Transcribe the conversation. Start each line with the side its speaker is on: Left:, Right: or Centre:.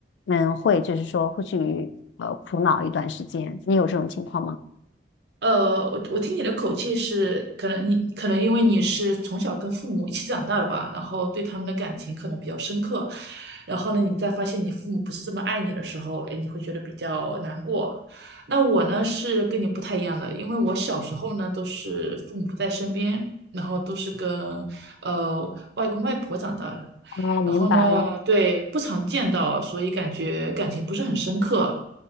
Left: 嗯，会就是说会去呃苦恼一段时间。你有这种情况吗？
Right: 呃，我我听你的口气是，可能你可能因为你是从小跟父母一起长大的吧，然后对他们的感情可能比较深刻，然后呢，你再发现你父母不是这么爱你的时候，哎，你会觉得比较难过。那我呢是跟你不太一样的，因为我小时候呢都是父母不在身边，然后都是跟呃外公外婆长大的，
Left: 哦，明白了。
Right: 然后呢，对，不常见到，所以感觉感情不是很深刻。